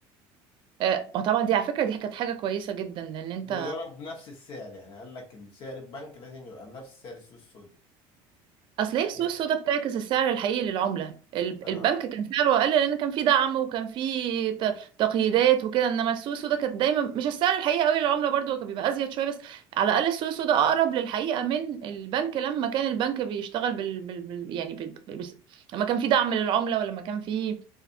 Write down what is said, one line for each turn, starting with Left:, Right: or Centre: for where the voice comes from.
Right: آه، ما طبعا دي على فكره دي كانت حاجه كويسه جدا لان انت
Left: وضرب نفس السعر يعني قال لك سعر البنك لازم يبقى بنفس سعر السوق السوداء
Right: اصل هي السوق
Left: يعني
Right: السوداء بتعكس السعر الحقيقي للعمله ال-
Left: آه.
Right: البنك كان سعره اقل لان كان في دعم وكان في ت- تقييدات وكده انما السوق السوداء كانت دايما مش السعر الحقيقي قوي للعمله برضو هو كان بيبقى ازيد شويه بس على الاقل السوق السوداء اقرب للحقيقه من البنك لما كان البنك بيشتغل بال, بال... بال... يعني بال... بال... بس- لما كان في دعم للعمله ولما كان في